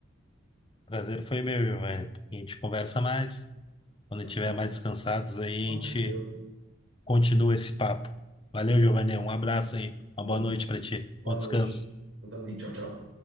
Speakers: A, on the left (about 25°); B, on the right (about 60°).
A: Prazer foi meu, Giovanni. A gente conversa mais. Quando
B: Tá
A: estiver
B: Bom,
A: mais descansados aí,
B: com
A: a gente
B: certeza.
A: continua esse papo. Valeu, Giovanni. Um abraço aí. Uma
B: Boa
A: boa noite para ti.
B: boa
A: Bom descanso.
B: noite. Eu também. Tchau, tchau.